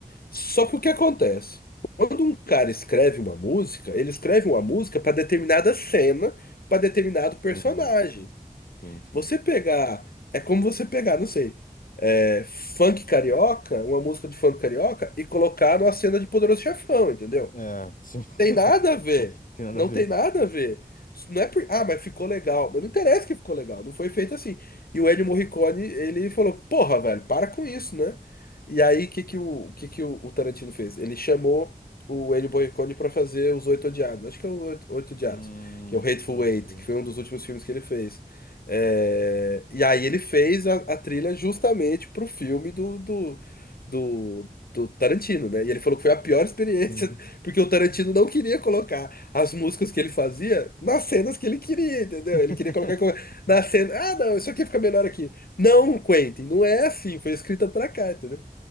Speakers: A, on the left; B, on the left.
A: Só que o que acontece? Quando um cara escreve uma música, ele escreve uma música para determinada cena, para determinado personagem.
B: Sim, sim, sim.
A: Você pegar. É como você pegar, não sei, é, funk carioca, uma música de funk carioca, e colocar numa cena de Poderoso Chefão, entendeu?
B: É, sim. <laughs>
A: Tem nada a ver.
B: Tem nada
A: Não
B: a ver.
A: tem nada a ver. Isso Não é por... Ah, mas ficou legal. Mas não interessa que ficou legal. Não foi feito assim. E o Ennio Morricone, ele falou, porra, velho, para com isso, né? E aí, o que que o, o que que o, o Tarantino fez? Ele chamou o Ennio Morricone pra fazer Os Oito Odiados. Acho que é o Oito, Oito Odiados.
B: Hum,
A: Que é o Hateful
B: pode
A: Eight,
B: crer.
A: que foi um dos últimos filmes que ele fez. É, E aí ele fez a, a trilha justamente pro filme do, do, do, do Tarantino, né? E ele falou que foi a pior <laughs> experiência
B: Hum.
A: porque o Tarantino não queria colocar as músicas que ele fazia nas cenas que ele queria, entendeu?
B: <laughs>
A: Ele queria colocar como- na cena. Ah, não, isso aqui fica melhor aqui. Não, Quentin, não é assim. Foi escrita pra cá, entendeu?